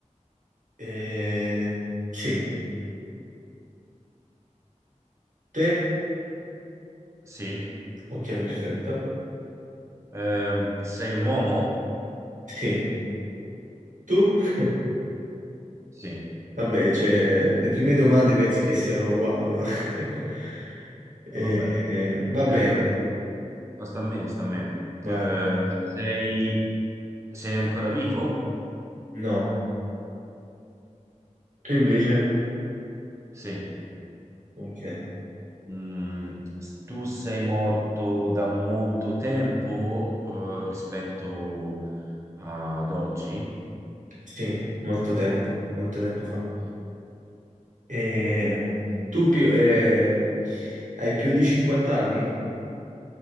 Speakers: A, on the right (about 80°); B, on the right (about 20°).
A: Eh, sì, te?
B: Sì.
A: Ok, perfetto.
B: Ehm, sei un uomo?
A: Sì, tu? <laughs>
B: Sì.
A: Vabbè, cioè, le prime domande penso che siano uguali, no? <laughs> Eh,
B: Eh, vabbè.
A: eh, vabbè,
B: Ehm, ma sta a me, sta a me.
A: vai.
B: Eh, sei, sei ancora vivo?
A: No. Tu invece?
B: Sì.
A: Ok.
B: Mm, s- tu sei morto da molto tempo, eh, rispetto ad oggi?
A: Sì, molto tempo, molto tempo fa. Eh, tu più, eh, hai più di 50 anni?